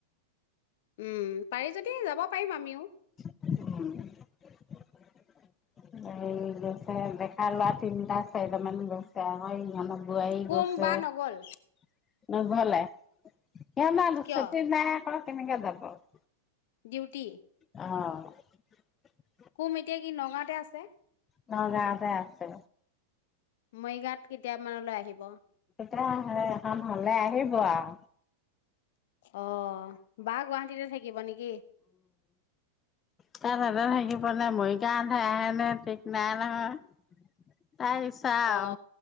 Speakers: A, on the left (about 65°); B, on the left (about 25°).
A: উম, পাৰি যদি যাব পাৰিম, আমিও
B: উম, এই গৈছে। ডেকা ল'ৰা তিনিটা-চাৰিটামান গৈছে আৰু হয়,
A: কুম
B: ইহঁতৰ
A: বা নগ'ল
B: বোৱাৰী গৈছে। নগ'লে <inaudible>
A: কিয়
B: কেনেকে যাব?
A: ডিউটি
B: অ'।
A: কুম, এতিয়া কি নগাঁৱতে আছে?
B: নগাঁৱতে আছে।
A: মৰিগাঁৱত কি কেতিয়ামানলৈ আহিব?
B: <unintelligible> ভাল হ'লে, আহিব আও।
A: অ', বা গুৱাহাটীতে থাকিব নে কি?
B: তা ভাবা ভাই। <unintelligible> মৰিগাওঁ। তাই আহে নে নাহে ঠিক নাই নহয়। তাইৰ ইচ্ছাও।
A: অ